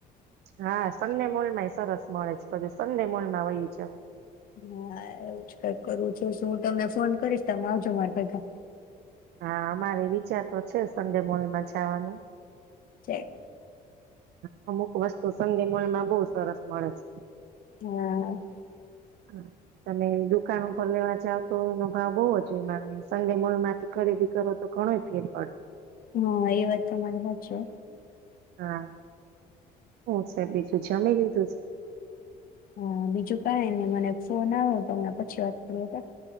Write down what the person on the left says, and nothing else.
હા એવું જ કઈ કરું જો હું તમને ફોન કરીશ તમે આવજો મારે પેગા.
જેક
હમ.
હા એ વાત તો માનું જ છું.
હા બીજું કઈ ને મને ફોન આવ્યો તો પછી વાત કરી.